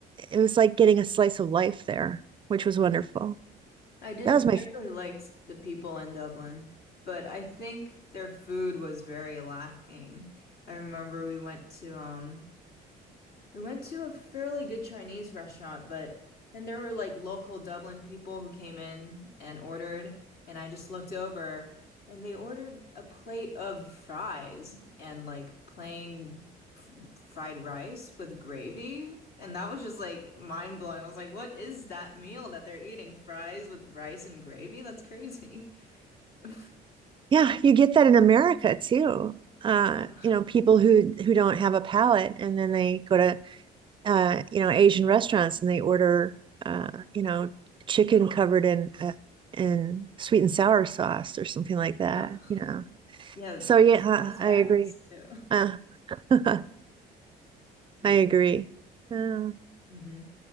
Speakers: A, on the right (about 30°); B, on the left (about 65°).
A: it was like getting a slice of life there which was wonderful
B: I did,
A: that was
B: I
A: my
B: really liked the people in Dublin, but I think their food was very lacking. I remember we went to um We went to a fairly good Chinese restaurant, but then there were like local Dublin people who came in and ordered, and I just looked over and they ordered a plate of fries and like plain f fried rice with gravy. And that was just like mind blowing. I was like, what is that meal that they're eating? Fries with rice and gravy? That's crazy. <laughs>
A: yeah you get that in america too uh
B: Yeah.
A: you know people who who don't have a palate and then they go to uh you know asian restaurants and they order uh you know chicken covered in uh, in sweet and sour sauce or something like that
B: Huh.
A: you know
B: Yeah, th-
A: so
B: the
A: yeah
B: spice
A: i
B: bags
A: agree
B: too.
A: uh, <laughs> i
B: <laughs> Great.
A: agree uh,
B: hmm